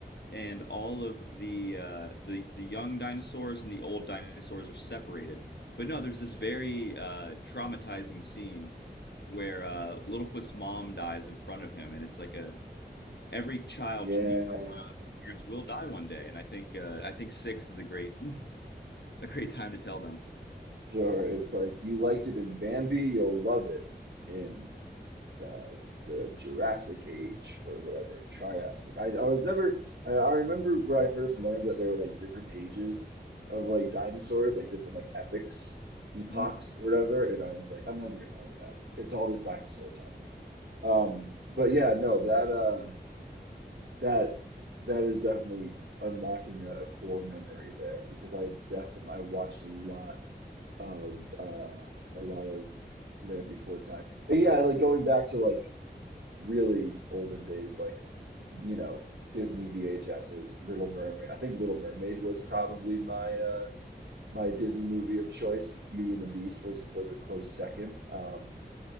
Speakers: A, on the left; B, on the right.
A: And all of the uh, the the young dinosaurs and the old dinosaurs are separated. But no, there's this very uh, traumatizing scene where uh, Littlefoot's mom dies in front of him, and it's like a every child
B: Yeah,
A: Neo's parents will die one day, and I think uh, I think six is a great <laughs> a great time to tell them.
B: sure. It's like you liked it in Bambi, you'll love it in. uh, the Jurassic Age or whatever, Triassic. I, I was never, I, I remember when I first learned that there were like different ages of like dinosaurs, like different like epochs, epochs
A: hmm
B: or whatever. And I was like, I'm never gonna learn that. It's all just dinosaur time to me. Um, but yeah, no, that, uh, that, that is definitely unlocking a, a core memory there because I definitely, I watched a lot of, uh, a lot of Land Before Time. And yeah, like going back to like really olden days, like, you know, Disney VHSs, Little Mermaid. I think Little Mermaid was probably my uh my Disney movie of choice. Beauty and the Beast was was a close second. Um